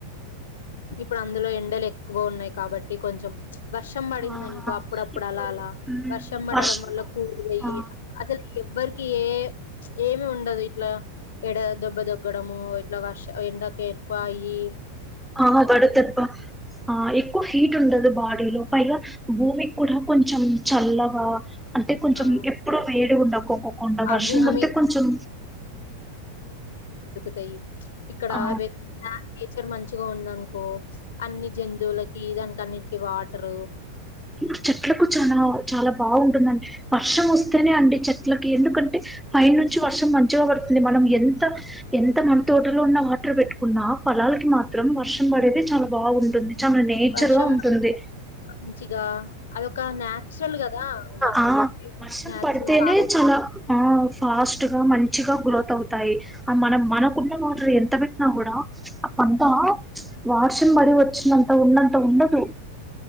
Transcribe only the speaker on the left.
ఇప్పుడు అందులో ఎండలు ఎక్కువ ఉన్నాయి కాబట్టి కొంచెం ప్చ్ వర్షం పడిందనుకో
అప్పుడప్పుడు
అలా అలా
వర్షం పడడం వల్ల
కూ అయ్యి
అసలు ఎ ఎవరికి ఏ ప్చ్ ఏమి ఉండదు ఇట్లా ఎడ దెబ్బ దొగ్గడము ఇట్లా వర్ష ఎండకి ఎక్కువయి
ఆ
ఆ
భూమి
మీద
తయ్ ప్చ్ ఇక్కడ
వె నేచర్ మంచిగా ఉందనుకో ప్చ్ అన్ని జంతువులకి దానికి అన్నిటికి వాటరు
వర్షం
పడితే మంచిగా అదొక నేచురల్ గదా! మ
నేచురల్
కాకపో